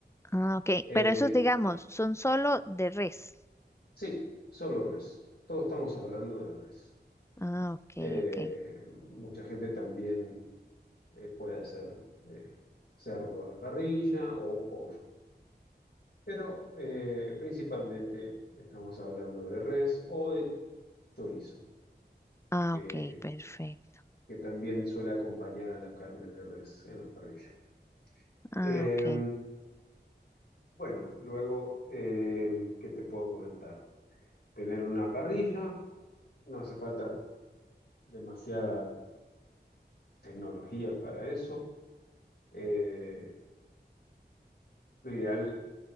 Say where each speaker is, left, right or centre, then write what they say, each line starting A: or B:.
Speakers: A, on the left; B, on the left.
A: Ah, ok.
B: Eh,
A: Pero esos, digamos, son solo de res.
B: sí, solo res. Todos estamos hablando de res.
A: Ah, ok,
B: Eh,
A: ok.
B: mucha gente también eh, puede hacer eh, cerdo a la parrilla o pollo, pero eh, principalmente estamos hablando de res o de chorizo,
A: Ah,
B: que,
A: ok, perfecto.
B: que también suele acompañar a la carne de res en la parrilla. Eh,
A: Ah, ok.
B: bueno, luego, eh, ¿qué te puedo comentar? tener una parrilla, no hace falta demasiada tecnología para eso. Eh, lo ideal